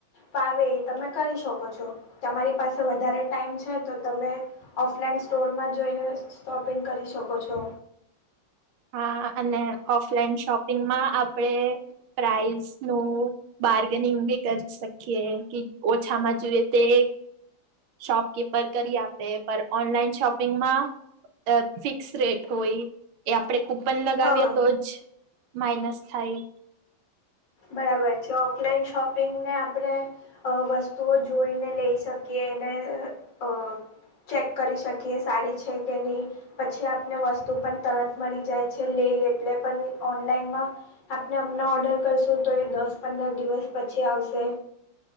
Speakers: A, on the left; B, on the right.
A: ફાવે એ તમે કરી શકો છો તમારી પાસે વધારે ટાઈમ છે તો તમે ઓફલાઈન સ્ટોરમાં જોઈને શોપિંગ કરી શકો છો.
B: હા અને ઓફલાઈન શોપિંગમાં આપડે પ્રાઇસ નું બાર્ગેનિંગ બી કરી શકીએ કે ઓછામાં જોઈએ તે શોપકીપર કરી આપે પણ ઓનલાઈન શોપ પિંગમા અ ફિક્સ રેટ હોય એ આપણેે કૂપન લગાવીએ
A: હા
B: તો જ માઇનસ થાય.
A: બરાબર છે ઓફલાઈન શોપિંગને આપણે અ વસ્તુઓ જોઈને લઈ શકીએ એને અ ચેક કરી શકીએ સારી છે કે નહીં પછી આપને વસ્તુ પણ તરત મળી જાય છે લે એટલે પણ ઓનલાઈનમાં આપને હમના ઓર્ડર કરશું તો એ દસ પંદર દિવસ પછી આવશે.